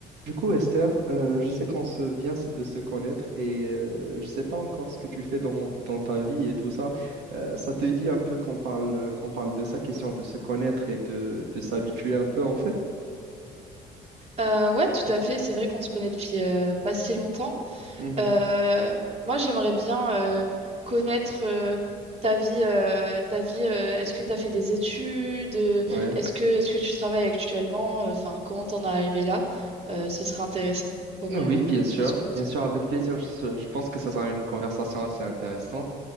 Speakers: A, on the right (about 80°); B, on the right (about 40°).
A: Du coup, Esther, euh, je sais qu'on se vient se- de se connaître et euh, je ne sais pas encore ce que tu fais dans, dans ta vie et tout ça. Euh, ça te dit un peu qu'on parle, qu'on parle de ça, question de se connaître et de, de s'habituer un peu en fait?
B: Euh, ouais, tout à fait. C'est vrai qu'on se connaît depuis euh, pas si longtemps.
A: Mhm.
B: Euh, moi, j'aimerais bien euh, connaître euh, ta vie. euh, ta vie. euh, est-ce que tu as fait des études? euh,
A: Ouais.
B: Est-ce que est-ce que tu travailles actuellement? euh, Enfin, comment t'en es arrivé là? Euh, ce serait intéressant pour mieux,
A: Oui, bien
B: pour
A: sûr,
B: mieux se connaître.
A: bien sûr, avec plaisir. Je, je pense que ça sera une conversation assez intéressante.